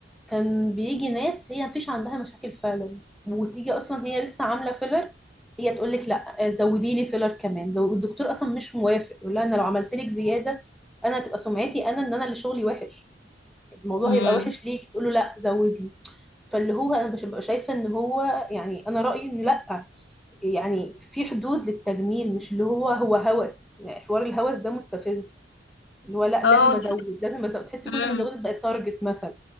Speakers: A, in the centre; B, on the left.
A: كان بيجي ناس هي مفيش عندها مشاكل فعلا وتيجي اصلا هي لسه عامله فيلر هي تقول لك لا آه، زودي لي فيلر كمان زو... والدكتور اصلا مش موافق يقول لها انا لو عملت لك زياده انا تبقى سمعتي انا ان انا اللي شغلي وحش الموضوع
B: مم.
A: هيبقى وحش ليك تقول له لا زود لي فاللي هو انا مش ببقى شايفه ان هو يعني انا رايي ان لا يعني في حدود للتجميل مش اللي هو هو هوس يعني حوار الهوس ده مستفز اللي هو لا
B: اه
A: لازم
B: وتحس-
A: ازود لازم ازود تحسي كل
B: مم.
A: ما زودت بقت تارجت مثلا